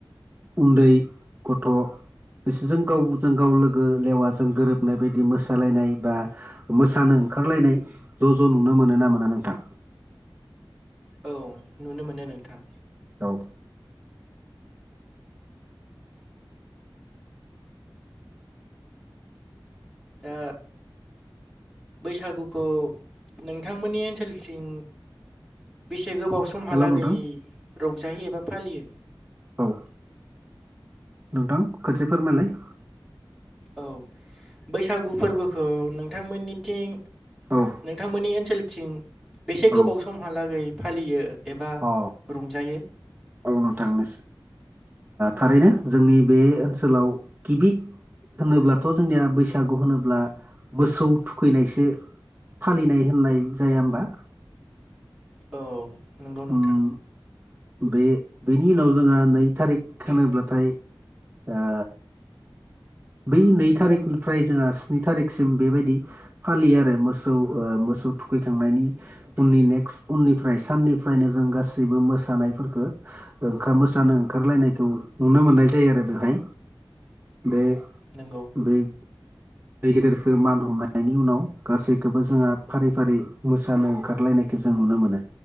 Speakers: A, on the right; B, in the centre.
A: उन्दै गथ' बिसोरजों गावजों गाव लोगो लेवाजों गोरोबनाय बायदि मोसालायनाय बा मोसानो ओंखारलायनाय ज' ज' नुनो मोनो ना मोना नोंथां?
B: औ, नुनो मोनो नोंथां।
A: औ।
B: दा बैसागुखौ नोंथांमोननि ओनसोलथिं बेसे गोबाव समहालागै
A: हेल' नोंथां
B: रंजायोै एबा फालियो?
A: औ नोंथां खनसे फोरमायलाय।
B: औ बैसागु फोरबोखौ नोंथांमोननिथिं
A: औ
B: नोंथांमोननि ओनसोलथिं बेसे
A: औ
B: गोबाव समहालागै फालियो। एबा
A: अ
B: रंजायो?
A: औ नोंथां नोस थारैनो जोंनि बे ओनसोलाव गिबि होनोब्लाथ' जोंनिया बैसागु होनोब्ला मोसौ थुखैनायसो फालिनाय होननाय जाया होमबा?
B: औ। नंगौ नोंथां
A: उम। बे बेनि उनाव जोंहा नै थारिख होनोब्लाथाय ओ बै नै थारिखनिफ्राय जोंहा स्नि थारिखसिम बेबायदि फालियो आरो मोसौ ओ मोसौ थुखैखांनायनि उननि नेक्स्ट उननिफ्राय साननिफ्रायनो जों गासैबो मोसानायफोरफोरखौ ओंखाम मोसानो ओंखारलायनायखौ नुनो मोननाय जायो आरो बेवहाय बे
B: नोंगौ।
A: बै दै गेदेरखौ मान हमनायनि उनाव गासैखौबो जोंहा फारि फारि मोसानो ओंखारलायनाय जों नुनो मोनो